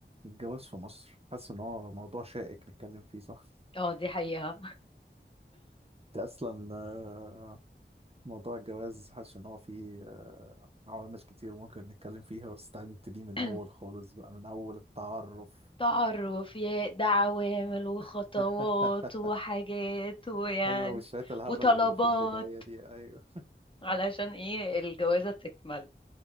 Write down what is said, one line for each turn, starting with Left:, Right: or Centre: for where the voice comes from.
Right: الجواز في مصر حاسس ان هو موضوع شائك نتكلم فيه صح
Left: اه دي حقيقة
Right: ده اصلا آه، موضوع الجواز حاسس ان هو فيه آه، عوامل كتير ممكن نتكلم فيها بس تعالى نبتدي من
Left: <clears throat>
Right: اول خالص بقى من اول التعرف
Left: تعرف يا ده عوامل وخطوات
Right: <laughs>
Left: وحاجات ويعني
Right: ايوه وشوية الهبل
Left: وطلبات
Right: اللي بيبقوا في البداية دي ايوه
Left: علشان ايه الجوازة تكمل